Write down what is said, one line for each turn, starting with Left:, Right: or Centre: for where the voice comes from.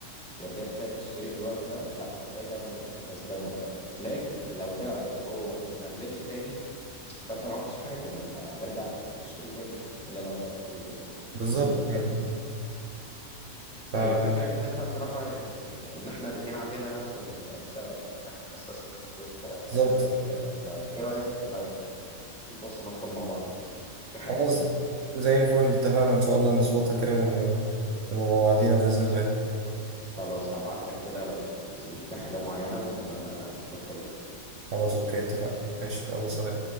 Centre: ورجعت تاني تشتري في الوقت ده لا هتلاقي فعلا ان انت كسبان وقتها لكن لو بعت وهو ما نزلش تاني يبقى انت ما عملتش حاجة ما انت هترجع تشتري تاني الا لو انت محتاج الفلوس
Right: بالظبط
Centre: دي الفكرة
Right: يعني ف-
Centre: طيب انا شايف ان انت بصراحة يعني ان احنا الاتنين عندنا نفس ال- الشغف يعني ان احنا هنستثمر الفلوس في حاجة
Right: بالظبط
Centre: زي كده فايه رأيك لو لو في فرصة ندخل مع بعض في حاجة
Right: خلاص زي الفل اتفقنا ان شاء الله نظبطها كده ونبقى مع بعضينا بإذن الله
Centre: خلاص هبعت لك كده لو في تفاصيل لحاجة معينة وندخل فيها
Right: خلاص اوكي اتفقنا ماشي يلا سلام